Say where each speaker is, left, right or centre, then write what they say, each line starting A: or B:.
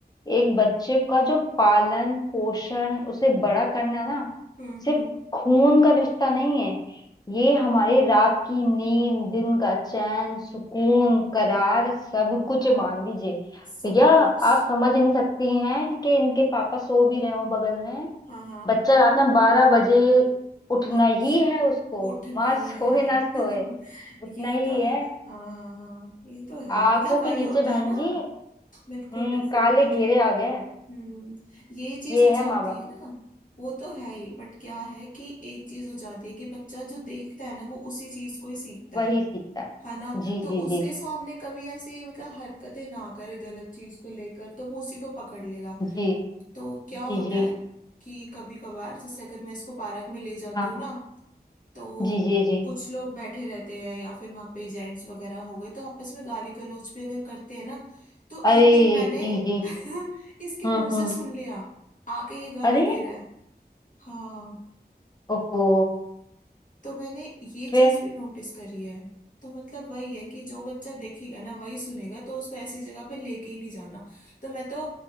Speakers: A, on the left; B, on the left.
A: एक बच्चे का जो पालन पोषण उसे बड़ा करना ना
B: हम्म
A: सिर्फ
B: हम्म
A: खून का रिश्ता नहीं है ये हमारी रात की नींद दिन का चैन सुकून करार सब कुछ मान लीजिए
B: सब
A: भैया
B: कुछ
A: आप समझ नहीं सकती हैं कि इनके पापा सो भी रहे हो बगल में
B: हाँ हाँ
A: बच्चा रात में बारह बजे उठना
B: अच्छा
A: ही है उसको
B: उठना
A: माँ
B: ही
A: सोए
B: है
A: ना सोए
B: <laughs>
A: उठना
B: ये
A: ही
B: तो है
A: है
B: हाँ हाँ हाँ, ये तो है
A: आंखों
B: मतलब
A: के
B: वही
A: नीचे
B: होता
A: बहन
B: है ना
A: जी
B: बिल्कुल
A: हम्म
B: बिल्कुल
A: काले
B: मतलब
A: घेरे आ गए हैं
B: हम्म ये चीज
A: ये
B: हो जाती
A: है माँ बाप
B: है
A: की
B: ना वो तो है ही बट क्या है कि एक चीज हो जाती है कि बच्चा जो देखता है ना वो उसी चीज को ही सीखता
A: वही
B: है
A: सीखता है
B: है ना
A: जी जी
B: तो उसके
A: जी जी
B: सामने कभी ऐसी मतलब हरकतें ना करे गलत चीज को लेकर तो वो उसी को पकड़ लेगा
A: जी
B: तो क्या
A: जी
B: होता
A: जी
B: है
A: जी
B: कि कभी कभार जैसे अगर मैं इसको पार्क में ले जाती
A: हाँ
B: हूँ
A: हाँ
B: ना तो
A: जी जी जी
B: कुछ लोग बैठे रहते हैं या फिर वहां पे जेंट्स वगैरह हो गए तो आपस में गाली गलौज भी अगर करते हैं ना तो
A: अरे
B: एक दिन मैंने
A: जी
B: <laughs>
A: जी जी
B: इसके
A: हम्म
B: मुंह से
A: हम्म
B: सुन लिया आके ये गाली
A: अरे
B: दे रहा है हाँ
A: ओहो
B: तो मैंने ये
A: फिर
B: चीज भी नोटिस करी है तो मतलब वही है कि जो बच्चा देखेगा ना वही सुनेगा तो उसको ऐसी जगह पे लेके ही नहीं जाना तो मैं तो